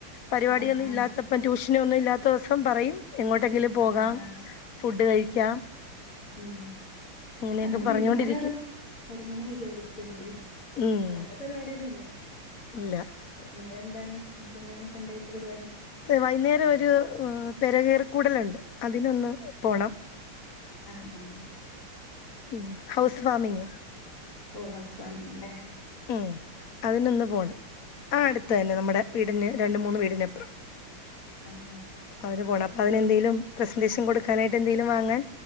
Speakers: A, on the left (about 50°); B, on the left (about 80°).
A: പരിപാടിയൊന്നും
B: ആഹ് ആഹ് ആഹ്
A: ഇല്ലാത്തപ്പ ടൂഷ നൊ ഒന്നും ഇല്ലാത്ത ദിവസം പറയും എങ്ങോട്ടെങ്കിലും പോകാം
B: ആഹ് ആഹ്
A: ഫുഡ് കഴിക്കാം
B: മ്മ് <unintelligible>
A: അങ്ങനെയൊക്കെ
B: അങ്ങനെ
A: പറഞ്ഞോണ്ടിരിക്കും
B: വൈകുന്നേരം ഇറ ഇറങ്ങണം വിചാരിക്ക്ണ്ട്
A: ഉം
B: വേറെ പരിപാടി ഒന്നുല്ല
A: ഇല്ല
B: ങ്ങ എന്താണ് ൻക്ക എന്താണ് സൺഡേ ആയിട്ട് പരിപാടി
A: വൈന്നേരം ഒരു പെരകേർ കൂടല്ണ്ട് അതിനൊന്ന് പോണം
B: അ ആ
A: മ്മ് ഹൗസ് വാമിങ്
B: ഓ ഹൗസ് വാമിങ്ങല്ലേ
A: മ്മ് അതിനൊന്ന് പോണം ആ അട് ത്തന്നെ നമ്മടെ വീടിന് രണ്ട് മൂന്ന് വീടിനപ്പറം
B: ആഹ്
A: പ്പതിന് പോണം അപ്പൊ അതിനെന്തെങ്കലും പ്രസന്റേഷൻ കൊടുക്കാനായിട്ട് എന്തേങ്കിലും വാങ്ങാൻ